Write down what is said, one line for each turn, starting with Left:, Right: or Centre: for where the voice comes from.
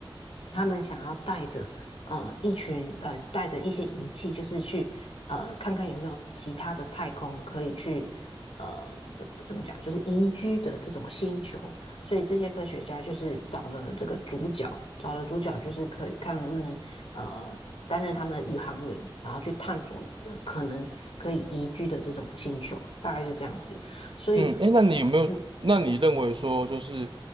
Left: 他们想要带着呃一群呃带着一些仪器，就是去呃看看有没有其他的太空可以去呃怎么怎么讲，就是宜居的这种星球。所以这些科学家就是找了这个主角，找了主角就是可以看能不能呃担任他们的宇航员，然后去探索呃可能可以宜居的这种星球，大概是这样子。所以
Right: 嗯，哎，那你有没有？
Left: 嗯
Right: 那你认为说就是